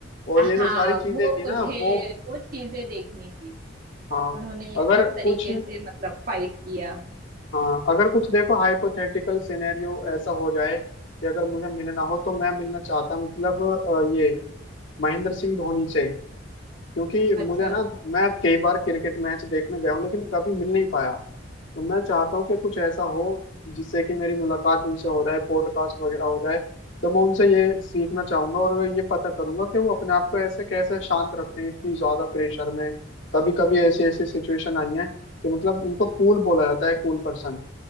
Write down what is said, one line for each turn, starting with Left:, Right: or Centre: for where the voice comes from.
Left: और
Right: हाँ
Left: ये जो सारी चीजें
Right: वो
Left: थी
Right: मुझे
Left: ना वो
Right: वो चीजें देखनी थी
Left: हाँ
Right: उन्होंने किस
Left: अगर
Right: तरीके
Left: कुछ
Right: से मतलब फाइट किया
Left: हाँ अगर कुछ देखो हाइपोथेटिकल सिनेरियो ऐसा हो जाए कि अगर मुझे मिलना हो तो मैं मिलना चाहता मतलब अ, ये महेंद्र सिंह धोनी से क्योंकि
Right: अच्छा
Left: मुझे ना मैं कई बार क्रिकेट मैच देखने गया हूँ लेकिन कभी मिल नहीं पाया तो मैं चाहता हूँ कि कुछ ऐसा हो जिससे कि मेरी मुलाकात उनसे हो जाए पॉडकास्ट वगैरह हो जाए तो मैं उनसे ये सीखना चाहूंगा और ये पता करूंगा कि वो अपने आप को ऐसे कैसे शांत रखते हैं इतनी ज्यादा प्रेशर में कभी कभी ऐसी ऐसी सिचुएशन आई है कि मतलब उनको कूल बोला जाता है कूल पर्सन